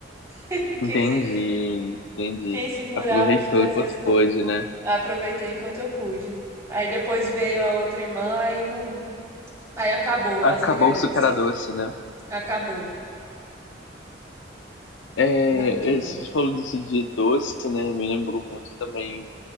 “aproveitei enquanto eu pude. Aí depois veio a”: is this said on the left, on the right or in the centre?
Right